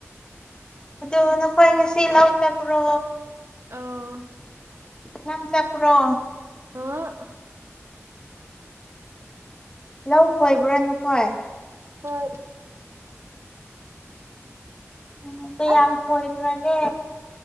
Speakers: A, on the left (about 20°); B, on the right (about 60°).
A: ꯑꯗꯣ ꯅꯈꯣꯏ ꯉꯁꯤ ꯂꯧꯇꯕ꯭ꯔꯣ
B: ꯑꯥꯎ
A: ꯅꯪ ꯆꯠꯄꯔꯣ
B: ꯑꯥ
A: ꯂꯧ ꯈꯣꯏꯕ꯭ꯔꯥ ꯅꯈꯣꯏ
B: ꯍꯣꯏ
A: ꯎꯝ ꯀꯌꯥꯝ
B: ꯑꯁ
A: ꯈꯣꯏꯈ꯭ꯔꯒꯦ